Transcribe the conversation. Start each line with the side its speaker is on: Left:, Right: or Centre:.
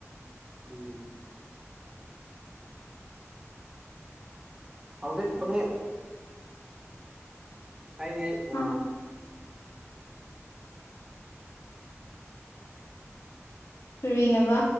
Right: ꯎꯝ ꯍꯧꯖꯤꯦꯅꯦ ꯀꯥꯏꯅꯦ
Left: ꯍꯥ
Right: ꯑ
Left: ꯐꯔꯤ ꯍꯕ